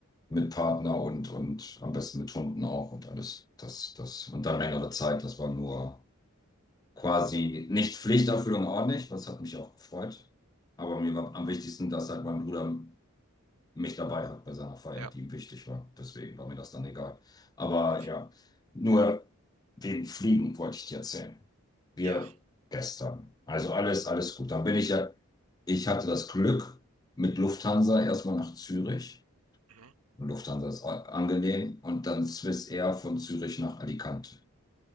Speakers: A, on the left; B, on the right.
A: mit Partner und, und am besten mit Hunden auch und alles. Das, das, und dann längere Zeit, das war nur. quasi nicht Pflichterfüllung ordentlich, das hat mich auch gefreut. Aber mir war am wichtigsten, dass halt mein Bruder mich dabei hat bei seiner Feier,
B: Ja.
A: die ihm wichtig war. Deswegen war mir das dann egal. Aber
B: Und
A: ja, nur wegen Fliegen wollte ich dir erzählen. Wir
B: ja.
A: gestern. Also alles, alles gut. Dann bin ich ja, ich hatte das Glück mit Lufthansa erstmal nach Zürich.
B: Mhm.
A: Lufthansa ist a- angenehm und dann Swissair von Zürich nach Alicante.